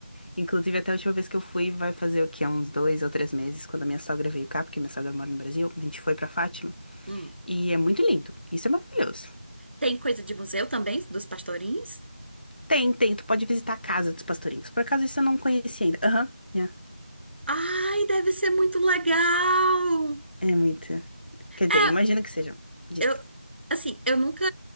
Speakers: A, on the left; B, on the right.
A: Inclusive, até a última vez que eu fui, vai fazer o quê? Uns dois ou três meses, quando a minha sogra veio cá, porque minha sogra mora no Brasil, a gente foi pra Fátima.
B: Hum.
A: E é muito lindo. Isso é maravilhoso.
B: Tem coisa de museu também, dos pastorinhos?
A: Tem, tem. Tu pode visitar a casa dos pastorinhos. Por acaso isso eu não conhecia ainda. Aham. yeah.
B: Ai, deve ser muito legal.
A: É muito. Quer dizer,
B: É,
A: imagino que sejam. Disse.
B: Eu, assim, eu nunca